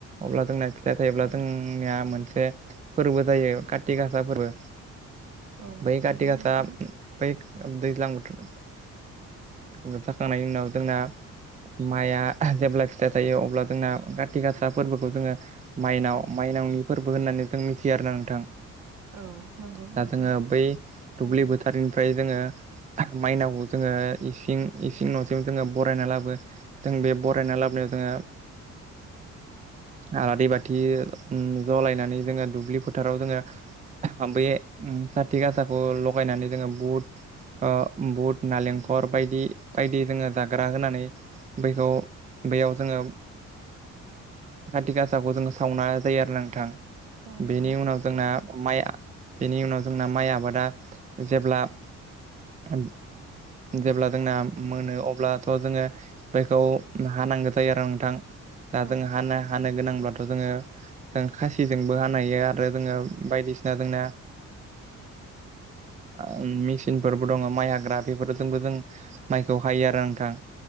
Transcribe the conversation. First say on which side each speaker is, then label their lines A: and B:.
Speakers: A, on the right; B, on the right.
A: अब्ला जोंना फि थाइ थायोब्ला
B: औ
A: जोंनिया मोनसे फोरबो जायो काति गासा फोरबो।
B: औ
A: <unintelligible> बै
B: नंगौ
A: खाथि गासा
B: नोंथां
A: बै दैज्लां बोथोर जोबजाखांनायनि उनाव जोंना माइआ जेब्ला फिथाइ थायो अब्ला जोंना खाथि गासा फोरबोखौ जोङो माइनाव माइ नावनि फोरबो होननानै नोंथां मिथियो आरो ना नोंथां।
B: औ नंगौ
A: दा
B: नोंथां
A: जोङो बै
B: थारैनो
A: दुब्लि बोथोरनि जोङो माइनाव जोङो इसिं इसिं न' जों बरायनानै लाबो बरायना लाबोनायाव जोङो आलारि बाथि जलायनानै जोङो दुब्लि फोथाराव जोङो बे खाथि गासाखौ लगायनानै जोङो बुट ओ बुट नालेंखर
B: औ
A: बायदि बायदि जोङो जाग्रा होनानै बैखौ बेयाव जोङो काति गासाखौ जोङो सावनाय जायो आरो नोंथां।
B: औ नंगौ
A: बेनि उनाव
B: थिग
A: जोंना माइ बेनि उनाव जोंना माइ आबादा जेब्ला <inaudible> जेब्ला जोंना मोनो अब्लाथ' जोङो बेखौ हानांगोन। थाय नोंथां दा
B: औ
A: जोंहा हानो गोनांब्ला जोङो जों खासिजोंबो हानाय हायो आरो जोङो बायदिसिना जोंना <inaudible> मेसिनफोरबो दङ माइ हाग्रा बेफोरजोंबो जों माइखौ हायो आरो नोंथां।